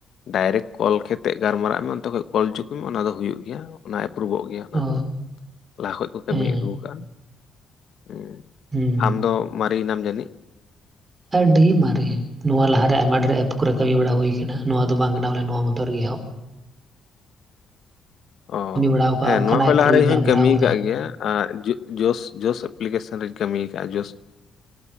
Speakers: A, on the left (about 60°); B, on the right (about 30°).
A: ᱰᱟᱭᱨᱮᱠᱴ ᱠᱚᱞ ᱠᱟᱛᱮᱜ ᱜᱟᱞᱢᱟᱨᱟᱜ ᱢᱮ ᱚᱱᱛᱮ ᱠᱷᱚᱡ ᱠᱚᱞ ᱚᱪᱚ ᱠᱚᱢᱮ ᱚᱱᱟ ᱫᱚ ᱦᱩᱭᱩᱜ ᱜᱮᱭᱟ ᱚᱱᱟ ᱮᱯᱨᱩᱵᱷᱚᱜ ᱜᱮᱭᱟ ᱚᱱᱟ
B: ᱚ
A: ᱫᱚ ᱞᱟᱦᱟ ᱠᱷᱚᱡ ᱠᱚ ᱠᱟᱹᱢᱤ
B: ᱦᱮᱸ
A: ᱟᱹᱜᱩ ᱟᱠᱟᱫᱟ ᱦᱸ
B: ᱦᱩᱸ
A: ᱟᱢᱫᱚ ᱢᱟᱨᱤ ᱮᱱᱟᱢ ᱡᱟᱹᱱᱤᱡ
B: ᱟᱹᱰᱤ ᱢᱟᱨᱮ ᱱᱚᱣᱟ ᱞᱟᱦᱟᱨᱮ ᱟᱭᱢᱟ ᱰᱷᱮᱨ ᱮᱯ ᱠᱚᱨᱮ ᱠᱟᱹᱢᱤ ᱵᱟᱲᱟ ᱦᱩᱭ ᱟᱠᱟᱱᱟ ᱱᱚᱣᱟ ᱫᱚ ᱵᱟᱝ ᱠᱟᱱᱟ ᱵᱚᱞᱮ ᱱᱚᱣᱟ ᱢᱚᱛᱚ ᱨᱮᱜᱮ ᱮᱦᱚᱵ
A: ᱚ
B: ᱠᱟᱹᱢᱤ ᱵᱟᱲᱟᱣ ᱠᱟᱜᱼᱟ
A: ᱦᱮᱸ
B: ᱚᱱᱠᱟᱱᱟᱜ
A: ᱱᱚᱣᱟ ᱠᱷᱚᱱ
B: ᱮᱯ
A: ᱞᱟᱦᱟ
B: ᱨᱮᱜᱮ
A: ᱨᱮ ᱤᱧ
B: ᱜᱟᱞᱢᱟᱨᱟᱣ
A: ᱦᱩᱧ ᱠᱟᱹᱢᱤ
B: ᱵᱟᱞᱟ
A: ᱟᱠᱟᱫ ᱜᱮᱭᱟ ᱟᱨ ᱡᱳᱥ ᱡᱳᱥ ᱮᱯᱞᱤᱠᱮᱥᱚᱱ ᱨᱤᱧ ᱠᱟᱹᱢᱤ ᱟᱠᱟᱫᱼᱟ ᱡᱚᱥ